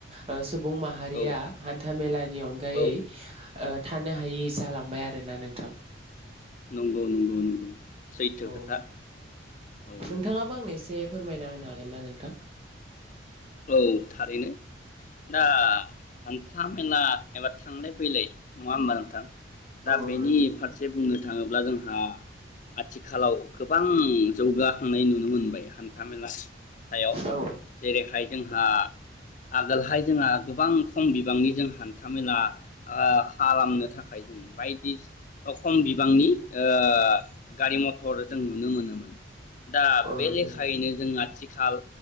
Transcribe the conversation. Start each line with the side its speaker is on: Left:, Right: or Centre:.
Right: ओ सु बुं माहारिया
Left: औ
Right: हान्था मेलानि अनगायै
Left: औ
Right: ओ थानो हायि जालांबाय आरो। ना नोंथां?
Left: नंगौ नंगौ नंगौ। सैथो
Right: औ
Left: खोथा औ
Right: नोंथाङाबो आंनो एसे फोरमायना होनो हागोन ना नोंथां?
Left: औ थारैनो दा हान्था मेला एबा थांलाय फैलाय नङा होमबा नोंथां। दा
Right: औ
Left: बेनि
Right: औ नंगौ नोंथां
Left: फारसे बुंनो थाङोब्ला जों हा आथिखालाव गोबां जौगाखांनाय नुनो मोनबाय हान्था मेला सायाव
Right: औ
Left: जेरैहाय जोंहा आगोलहाय जोंहा गोबां खम बिबांनि जों हान्था मेला आ खालामनो थाखाय जों बायदि ओ खम बिबांनि ओ गारि मथर जों नुनो मोनोमोन। दा बे
Right: नंगौ
Left: लेखायैनो
Right: नोंथां
Left: जों आथि खाल‌